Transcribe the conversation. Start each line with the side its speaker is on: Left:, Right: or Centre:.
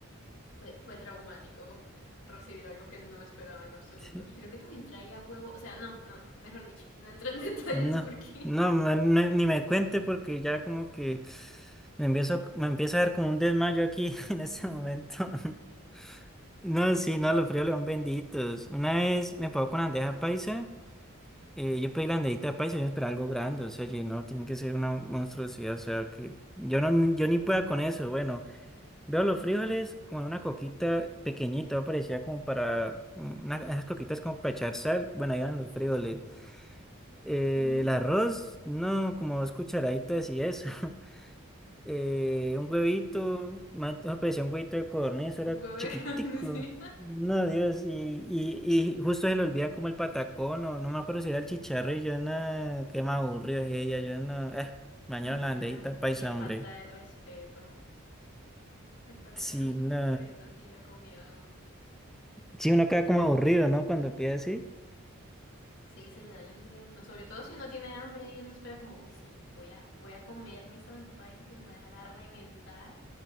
Left: fue, fue traumático recibir algo que no esperaba en absoluto.
Centre: Sí,
Left: Y creo que también traía huevo, o sea, no, no, mejor dicho, no entro en <laughs> detalles
Centre: No,
Left: porque...
Centre: no, ma- no, ni me cuente porque ya como que me empiezo, me empieza a dar como un desmayo aquí <laughs> en este momento. <laughs> No, sí, no, los fríos león benditos. Una vez me pagó con bandeja paisa, eh, yo pedí la bandejita paisa y yo esperaba algo grande, o sea, yo, no, tiene que ser una monstruosidad, o sea, que yo no, yo ni pueda con eso, bueno. Veo los frijoles como en una coquita pequeñita, parecía como para una, esas coquitas como para echar sal. Bueno, ahí van los frijoles. Eh,
Left: No,
Centre: el arroz, no, como dos cucharaditas y eso. <laughs> Eh, un huevito, más- no, parecía un huevito de codorniz, era
Left: un huevo de
Centre: chiquitico.
Left: carne, sí.
Centre: No, Dios, y, y, y justo se le olvida como el patacón, o no me acuerdo si era el chicharro, y yo no, qué más aburrido es ella, yo no, eh, mañana la
Left: Nah,
Centre: banderita, paisa,
Left: qué falta
Centre: hombre.
Left: de respeto. Qué falta
Centre: Sí,
Left: de respeto
Centre: no.
Left: que le den así la comida a uno.
Centre: Sí, uno queda como aburrido, ¿no? Cuando pide así.
Left: Sí, se le daña el día a uno. Sobre todo si uno tiene hambre y uno espera como, uy, sí, voy a, voy a comerme esta bandeja paisa que me va a dejar a reventar.